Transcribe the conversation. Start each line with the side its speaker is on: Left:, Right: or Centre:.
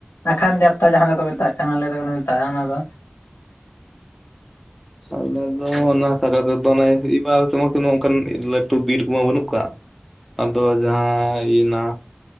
Left: ᱟᱠᱷᱟᱱ ᱡᱟᱛᱨᱟ ᱡᱟᱦᱟᱸ ᱫᱚᱠᱚ ᱢᱮᱛᱟᱜ ᱠᱟᱱᱟ ᱟᱞᱮ ᱫᱚᱞᱮ ᱢᱮᱛᱟᱜ-ᱟ ᱚᱱᱟ ᱫᱚ᱾
Centre: ᱥᱟᱜᱟᱨ ᱫᱚ ᱚᱱᱟ ᱥᱟᱜᱟ ᱛᱮᱫᱚ ᱚᱱ ᱮᱵᱟᱨ ᱛᱮᱢᱟ ᱚᱱᱠᱟᱱ ᱞᱟᱹᱴᱩ ᱵᱤᱨ ᱠᱚᱢᱟ ᱵᱟᱹᱱᱩᱜ ᱠᱟᱜ <unintelligible> ᱟᱫᱚ ᱡᱟᱦᱟᱸ ᱤᱱᱟ